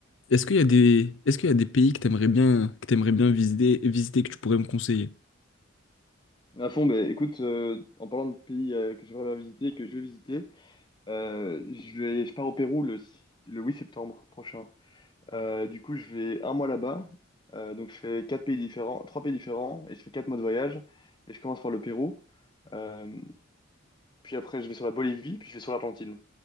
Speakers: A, on the left (about 65°); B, on the left (about 25°).
A: est-ce qu'il y a des, est-ce qu'il y a des pays que tu aimerais bien, que tu bien visiter, visiter, que tu pourrais me conseiller?
B: À fond, bah, écoute, euh, en parlant de pays euh, que j'aimerais bien visiter que je vais visiter, euh, je vais, je pars au Pérou le, si- le 8 septembre prochain. Euh, du coup, je vais un mois là-bas. Euh, donc, je fais quatre pays différents, trois pays différents et je fais quatre mois de voyage. Et je commence par le Pérou. Euh, Puis après, je vais sur la Bolivie, puis je vais sur l'Argentine.